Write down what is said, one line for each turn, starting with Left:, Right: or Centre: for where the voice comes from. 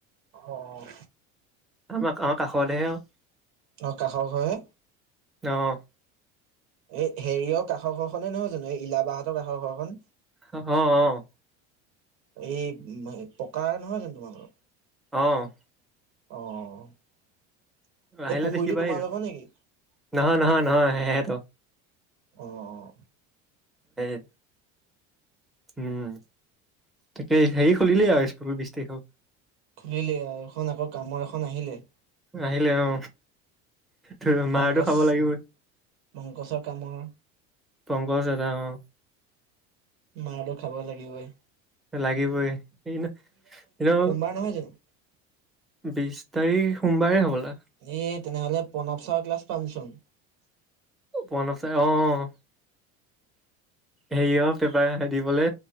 Right: অ' অ'
Centre: আমাক আমাৰ কাষৰতেহে আৰু
Right: অ কাষৰ ঘৰহে।
Centre: অঁ।
Right: এই হেৰিয়ৰ কাষৰ ঘৰখনে নহয় জানো, এই ইলাবাহঁতৰ কাষৰ ঘৰখন?
Centre: অঁ অঁ।
Right: এই সেই ম পকা নহয় জানো তোমালোকৰ?
Centre: অঁ।
Right: অঁ। এই
Centre: আহিলে
Right: পুখুৰীটো
Centre: দেখিবাই
Right: তোমালোকৰ
Centre: তুমি
Right: নেকি?
Centre: নহয়, নহয়, নহয় সেহেঁতৰ
Right: অ',
Centre: এই উম তাকে হেৰি খুলিলেই আও স্কুলৰ বিশ তাৰিখত
Right: খুলিলে আও এখন আকৌ কামৰ এখন আহিলে।
Centre: আহিলে অঁ। তোৰ
Right: পংকজ
Centre: মাৰটো খাব লাগিবই।
Right: পংকজৰ কামৰ
Centre: পংকজ এটা অঁ।
Right: মাৰটো খাব লাগিবই।
Centre: লাগিবই <unintelligible> এটো
Right: পাৰ নহয় জানো?
Centre: বিশ তাৰিখ সোমবাৰে হ'বলা।
Right: এ তেনেহ'লে প্ৰণৱ ছাৰৰ ক্লাছ পামচোন।
Centre: ও পনৱ চাৰ অঁ অঁ অঁ। হেৰি অঁ পেপাৰ কাতিবলে